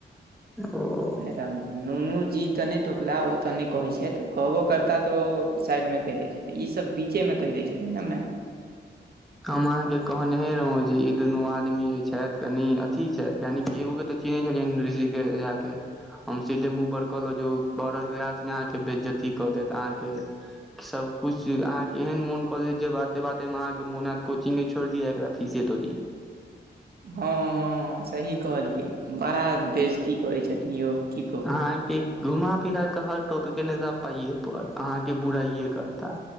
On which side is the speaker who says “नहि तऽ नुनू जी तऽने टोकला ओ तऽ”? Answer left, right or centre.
Right